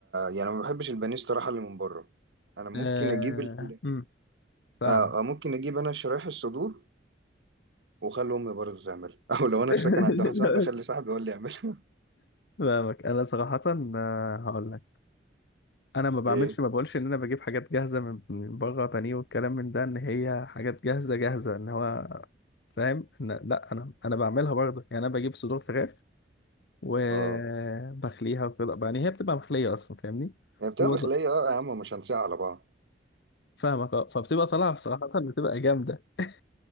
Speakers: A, on the right; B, on the left.
A: يعني ما بحبش البانيه الصراحة اللي من بره أنا ممكن
B: آه...
A: أجيب ال...
B: أمم، فاهم
A: آه آه، ممكن أجيب أنا شرايح الصدور وأخلي أمي برضه تعملها <laughs> أو لو أنا
B: <laughs>
A: في سكن عند واحد صاحبي أخلي صاحبي هو اللي يعملها
B: فاهمك انا صراحة آه، هقول لك انا ما بعملش
A: <laughs> إيه
B: ما بقولش ان انا بجيب حاجات جاهزه من من بره بانيه والكلام من ده ان هي حاجات جاهزه جاهزه ان هو فاهم ان لا انا انا بعملها برضه يعني انا بجيب صدور فراخ وبخليها
A: اه
B: وكده يعني هي بتبقى مخليه اصلا فاهمني
A: هي بتبقى
B: هو
A: مخلية
B: ز-
A: اه يا عم ومش هنساها على بعض
B: فاهمك اه فبتبقى طالعه بصراحه بتبقى جامده <laughs>